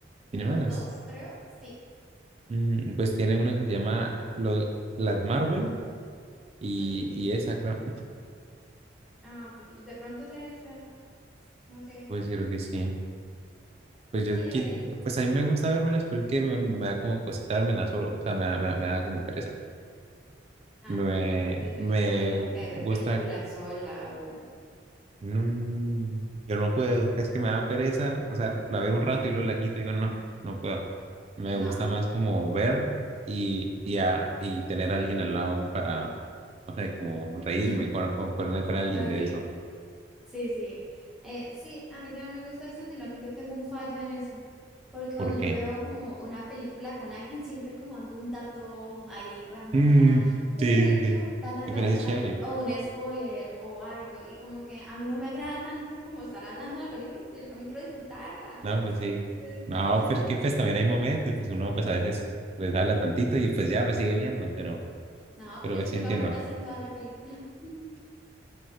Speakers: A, on the right; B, in the centre.
A: ¿Tiene
B: como
A: más?
B: dos, creo. Sí.
A: Mm, pues tiene una que se llama lo- Las Marvel y,
B: Ujú.
A: y esa, creo.
B: Ah, pues no- de pronto sea esa, no sé.
A: Pues creo que sí. Pues yo,
B: Eh,
A: qui- pues a mí me gusta vérmelas pero es que me, me da como cosita vermelas solo, o sea, me, da- me, da me da como pereza.
B: ah,
A: Me,
B: sí, soy
A: me
B: muy fanática
A: gusta,
B: de ver películas sola o...
A: no, yo no puedo, es que me da pereza, o sea, la veo un rato y luego la quito y digo, no, no puedo. Me
B: No.
A: gusta más como ver
B: mm,
A: y, y, a- y tener a alguien al lado para, no sé, como reírme
B: <laughs>
A: con, con, con, con alguien
B: Ok,
A: de eso.
B: sí, sí. Eh, sí, a mí también me gusta eso, sino que yo tengo un fallo en eso. Porque cuando
A: ¿Por
B: yo
A: qué?
B: veo como una película con alguien, siempre es como dando un dato ahí random
A: Mm,
B: de la nada. De
A: sí,
B: hecho,
A: sí, sí.
B: ta, ta,
A: Ay,
B: ta,
A: Pero
B: ta,
A: eso es
B: ta,
A: chévere.
B: o un spoiler o algo. Y como que a mí no me agrada tanto como estar hablando de la película porque yo también quiero disfrutarla.
A: No, pues sí.
B: Entonces,
A: No,
B: <laughs>
A: pero es que pues también hay momentos, pues uno pues a veces pues habla tantito y pues ya, pues sigue viendo, pero,
B: no,
A: pero
B: pero
A: pues,
B: es que
A: sí entiendo.
B: yo hablo casi en toda la película. <laughs>